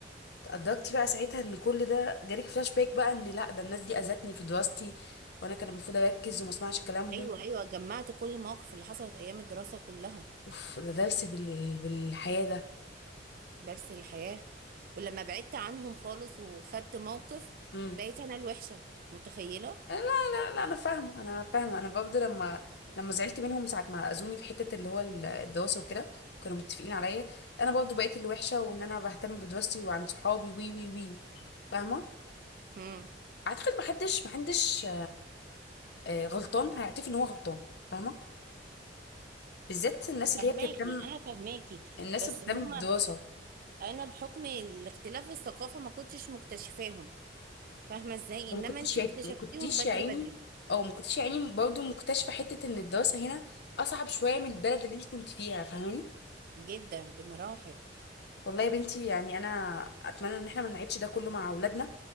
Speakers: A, on the left (about 65°); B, on the right (about 50°).
A: ادركتي بقى ساعتها ان كل ده جالك فلاش باك بقى ان لا ده الناس دي اذتني في دراستي وانا كان المفروض اركز وما اسمعش كلامهم
B: ايوه ايوه جمعت كل المواقف اللي حصلت ايام الدراسة كلها
A: اوف ده درس بال... بالحياة ده
B: درس الحياة ولما بعدت عنهم خالص وخدت موقف
A: امم
B: بقيت أنا الوحشة متخيلة؟
A: لا لا لا انا فاهمه انا فاهمه انا برضه لما لما زعلت منهم ساعه ما اذوني في حته اللي هو ال- الدراسه وكده كانوا متفقين عليا انا برضه بقيت الوحشه وان انا بهتم بدراستي وعن صحابي وي وي وي فاهمه
B: مم.
A: اعتقد محدش محدش آه، غلطان هيعترف ان هو غلطان فاهمه بالذات الناس اللي
B: فهماكي
A: هي بتهتم
B: انا فهماكي
A: الناس
B: بس
A: اللي بتهتم
B: هما
A: بالدراسه
B: أنا بحكم الاختلاف الثقافة ما كنتش مكتشفاهم فاهمة إزاي؟
A: وما
B: إنما
A: كنتش
B: أنتي
A: يع-
B: اكتشفتيهم
A: ما كنتيش
B: بدري
A: يا عيني
B: بدري
A: او ما كنتش يا عيني برضه مكتشفه حته ان الدراسه هنا اصعب شويه من البلد اللي انت كنت فيها فاهماني
B: جدا بمراحل
A: والله يا بنتي يعني انا اتمنى ان احنا ما نعيدش ده كله مع اولادنا